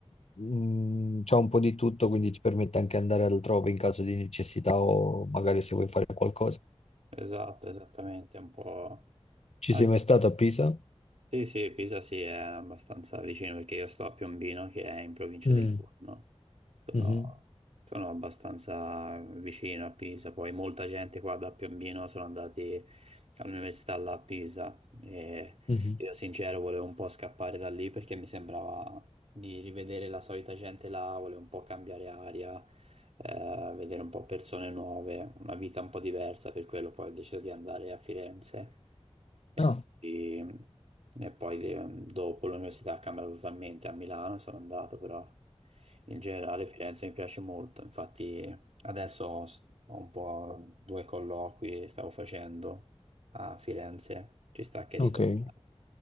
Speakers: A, on the left (about 70°); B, on the right (about 75°).
A: mh, c'ha un po' di tutto, quindi ti permette anche andare altrove in caso di necessità o magari se vuoi fare qualcosa.
B: Esatto, esattamente, è un po'...
A: Ci
B: Ah,
A: sei mai stato a Pisa?
B: Sì, sì, Pisa sì, è abbastanza vicino perché io sto a Piombino che è in provincia
A: Mm,
B: di Livorno. Sono,
A: mhm,
B: sono abbastanza vicino a Pisa, poi molta gente qua da Piombino sono andati all'università là a Pisa e
A: mhm.
B: io sincero volevo un po' scappare da lì perché mi sembrava di rivedere la solita gente là, volevo un po' cambiare aria, eh, vedere un po' persone nuove, una vita un po' diversa, per quello poi ho deciso di andare a Firenze e,
A: Ah,
B: e- e poi de- dopo l'università ha cambiato totalmente, a Milano sono andato però in generale Firenze mi piace molto, infatti adesso ho, ho un po' due colloqui che stavo facendo a Firenze, ci sta che ritorno
A: ok, eh,